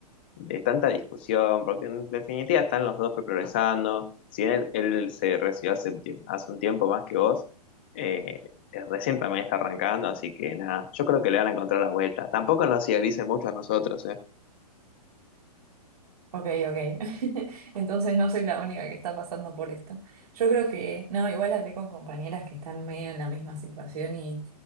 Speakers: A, on the left; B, on the right.
A: de tanta discusión, porque en definitiva están los dos progresando. Si él, él se recibió hace, un tiemp- hace un tiempo más que vos, eh, recién también está arrancando, así que nada, yo creo que le van a encontrar la vuelta. Tampoco nos idealicen mucho a nosotros, ¿eh?
B: Ok, ok. <laughs> Entonces no soy la única que está pasando por esto. Yo creo que, no, igual hablé con compañeras que están medio en la misma situación y,